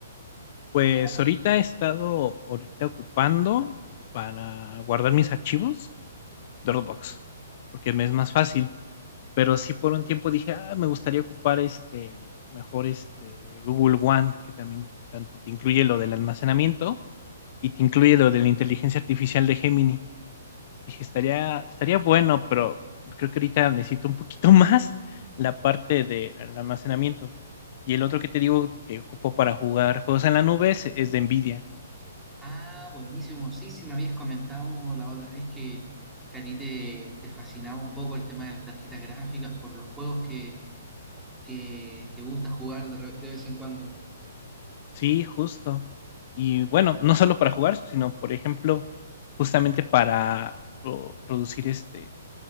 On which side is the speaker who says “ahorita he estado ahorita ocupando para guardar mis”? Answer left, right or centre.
Left